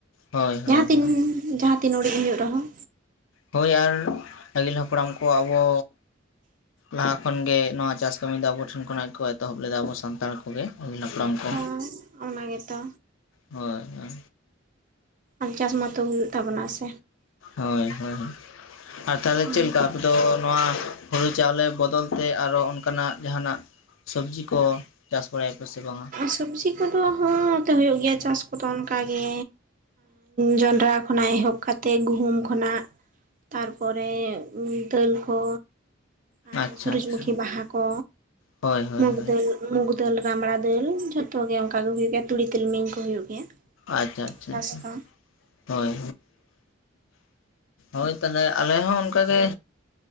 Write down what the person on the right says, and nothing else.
ᱡᱟᱦᱟᱸ ᱛᱤᱱ,
ᱡᱟᱦᱟᱸ ᱛᱤᱱ ᱚᱸᱲᱤᱱ ᱦᱩᱭᱩᱜ ᱨᱮᱦᱚᱸ᱾
ᱦᱚᱭ ᱚᱱᱟ ᱜᱮ ᱛᱚ᱾
ᱟᱨ ᱪᱟᱥ ᱢᱟᱛᱳ ᱦᱩᱭᱩᱜ ᱛᱟᱵᱚᱱᱟ ᱥᱮ
ᱦᱮᱸ
ᱥᱚᱵᱽᱡᱤ ᱠᱚᱫᱚ ᱦᱚᱸ ᱱᱚᱛᱮ ᱦᱩᱭᱩᱜ ᱜᱮᱭᱟ ᱪᱟᱥ ᱠᱚᱫᱚ ᱚᱱᱠᱟᱜᱮ᱾ ᱡᱚᱸᱰᱨᱟ ᱠᱷᱚᱱᱟᱜ ᱮᱦᱚᱵ ᱠᱟᱛᱮ ᱜᱩᱦᱩᱢ ᱠᱷᱚᱱᱟᱜ ᱛᱟᱨᱯᱚᱨᱮ ᱫᱟᱹᱞ ᱠᱚ ᱟᱨ
ᱥᱩᱨᱩᱡ
ᱢᱩᱠᱷᱤ ᱵᱟᱦᱟ ᱠᱚ
ᱢᱩᱜᱽ
ᱫᱟᱹᱞ ᱢᱩᱜᱽ ᱫᱟᱹᱞ, ᱨᱟᱢᱲᱟ ᱫᱟᱹᱞ ᱡᱷᱚᱛᱚ ᱜᱮ ᱚᱱᱠᱟ ᱜᱮ ᱦᱩᱭᱩᱜ ᱜᱮᱭᱟ ᱛᱩᱲᱤ, ᱛᱤᱞᱢᱤᱧ ᱠᱚ ᱦᱩᱭᱩᱜ ᱜᱮᱭᱟ᱾
ᱪᱟᱥ
ᱫᱚ